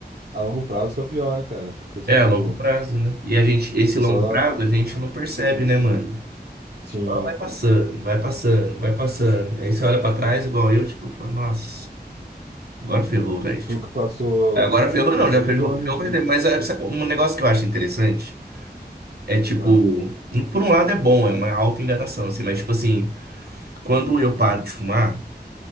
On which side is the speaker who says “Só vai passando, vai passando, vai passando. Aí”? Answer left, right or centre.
Right